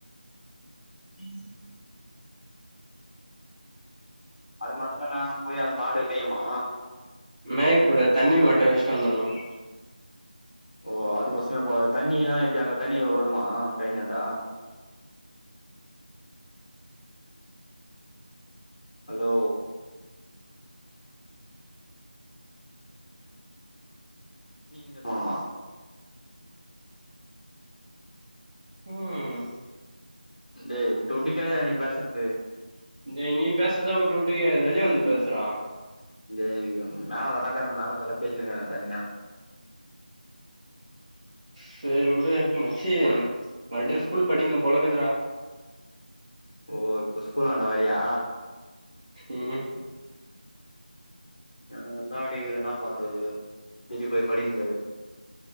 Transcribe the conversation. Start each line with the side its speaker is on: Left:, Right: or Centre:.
Left: உம் அது மட்டும்தான் நான் போய் அந்த மாடு மேயுமா
Right: மே கூட தண்ணி மட்டும் வச்சிட்டு வந்துரனும்
Left: ஓ அதுக்கசமே தண்ணில்லாம் இப்படி அங்க தண்ணி வருமா கைஞாண்டா ஹலோ நீங்க இந்த கோணுமா
Right: உம்
Left: டே விட்டு விட்டு கேட்குதடா நீ பேசுறது
Right: டே நீ பேசறதை விட்டு விட்டு கேட்குது வெளிய வந்து பேசுடா
Left: <unintelligible> பேசினைக்கன் தனியா
Right: செரு உடு மச்சி மறுபடி
Left: ம்
Right: ஸ்கூல் படிப் பொலகுதுராா
Left: ஓ இப்ப ஸ்கூல் அண்ட வரியா
Right: உம்
Left: எனக்குந்தான் அப்படி இருக்குதுடா பண்றது திருப்பி போய் படிங்